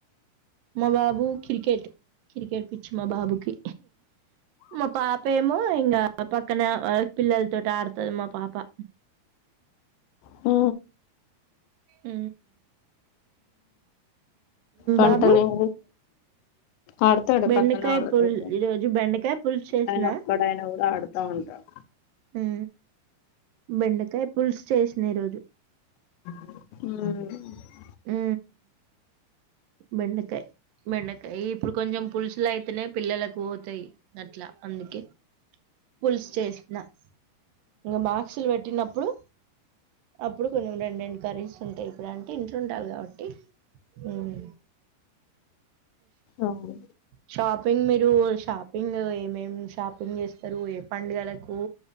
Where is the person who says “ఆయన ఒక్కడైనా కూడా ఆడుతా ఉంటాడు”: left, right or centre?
Left